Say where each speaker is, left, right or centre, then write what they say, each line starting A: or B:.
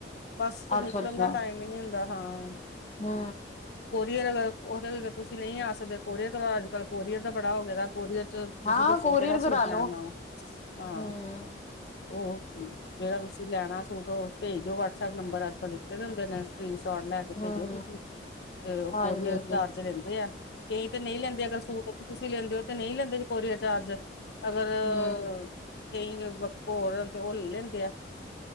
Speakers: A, on the left (about 65°); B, on the left (about 40°).
A: ਬਸ
B: ਅੱਛਾ-ਅੱਛਾ
A: ਨਿਕਲਣ ਦਾ ਟਾਇਮ ਹੀ ਨੀ ਹੁੰਦਾ, ਹਾਂ।
B: ਹੂੰ।
A: ਬਈ ਅਗਰ ਉਹ ਤੇ ਅਗਰ ਤੁਸੀਂ ਨਹੀਂ ਆ ਸਕਦੇ ਕੋਰੀਅਰ ਕਰੋ। ਅੱਜ ਕੱਲ ਕੋਰੀਅਰ ਦਾ ਬੜਾ ਹੋ ਗਿਆਂ ਦਾ। ਕੋਰੀਅਰ ਚ ਤੁਸੀਂ
B: ਹਾਂ
A: ਦੱਸੋਂ
B: ਕੋਰੀਅਰ
A: ਕਿਹੜਾ
B: ਕਰਾ
A: ਸੂਟ ਲੈਣ
B: ਲੋ
A: ਆਓ, ਹਾਂ।
B: ਹੂੰ।
A: ਉਹ ਜਿਹੜਾਂ ਤੁਸੀਂ ਲੈਣਾਂ ਸੂਟ ਉਹ ਭੇਜ ਦਿਓ, ਵਟਸਐੱਪ ਨੰਬਰ ਅੱਜ- ਕੱਲ੍ਹ ਦਿੱਤੇ ਦੇ ਹੁੰਦੇ ਨੇਂ। ਸਕਰੀਨ ਸ਼ੌਟ ਲੈ ਕੇ
B: ਹੂੰ
A: ਭੇਜੋ ਤੁਸੀਂ। ਤੇ
B: ਹਾਂਜੀ-ਹਾਂਜੀ
A: ਕੋਰੀਅਰ ਚਾਰਜ ਲੈਂਦੇ ਆ, ਕਈ ਤੇ ਨਹੀਂ ਲੈਂਦੇਂ ਅਗਰ ਸੂਟ ਉਥੋਂ ਤੁਸੀਂ ਲੈਂਦੇ ਹੋ ਤੇ ਨਹੀਂ ਲੈਂਦੇਂ ਕੋਰੀਅਰ ਚਾਰਜ, ਅਗਰ
B: ਹੂੰ-ਹੂੰ
A: ਕਈ ਵੱਖੋ ਹੋਰ ਤੇ ਉਹ ਲੈ ਲੈਂਦੇਂ ਆ,